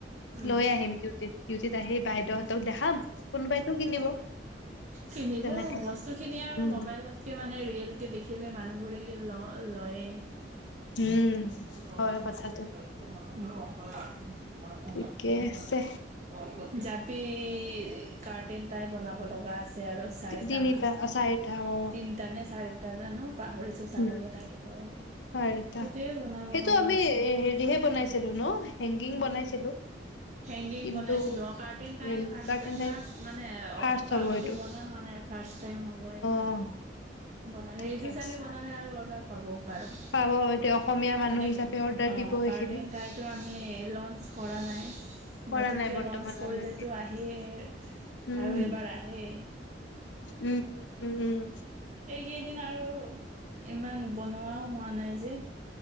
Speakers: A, on the right (about 40°); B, on the left (about 80°).
A: উম,
B: লৈ আহিম ডিউটিত, ডিউটিত আহি বাইদেও হ তক দেখাম কোনোবাইতো কিনিব।
A: কিনিব
B: তেনেকে
A: বস্তু
B: লৈ।
A: খিনি আৰু
B: উম
A: মোবাইলতকে মানে ৰিয়েল কে দেখ দেখিলে মানুহবোৰে ল-লয়ে
B: উম।
A: <unintelligible>
B: হয় কথাটো ঠিকে আছে
A: জাপি কাৰ্টিন টাই বনাব লগা আছে আৰু চাৰিটা
B: তিনিটা
A: মান,
B: অ চাৰিটা অ
A: তিনটা নে চাৰিটা জানো পাহৰিছো চাবগে
B: উম
A: লাগিব এবাৰ,
B: চাৰিটা
A: সেইটোয়ে বনাব
B: সেইটো
A: লগা
B: আমি
A: আছে।
B: হেৰিহে বনাইছিলো ন' হেংগিং বনাইছিলো?
A: হেংগিং
B: কিন্তু
A: বনাইছিলো কাৰ্টেইন type
B: এ
A: first
B: garden type
A: first মানে
B: ফাৰ্ষ্ট
A: অ',
B: হ'ব
A: আগতে
B: এইটো
A: বনোৱা হোৱা নাই। ফাৰ্ষ্ট টাইম হ'ব এইবাৰ।
B: অ'।
A: বনালে
B: তাকে
A: সেইটো চাগে বনালে আৰু অৰ্ডাৰ পাবও পাৰো,
B: পাব এতিয়া অসমীয়া মানুহ
A: মানে
B: হিচাপে অৰ্ডাৰ
A: অ',
B: দিব সেইখিনি
A: কাৰ্টন তাইতো আমি লঞ্চ কৰা নাই।
B: কৰা
A: নতুনকে
B: নাই বৰ্তমানলৈকে
A: লঞ্চ কৰিলেতো আহিয়ে
B: উম
A: আৰু এবাৰ আহেই।
B: উম, উম, উম, উম।
A: সেইকেইদিন আৰু ইমান বনোৱাও হোৱা নাই যে।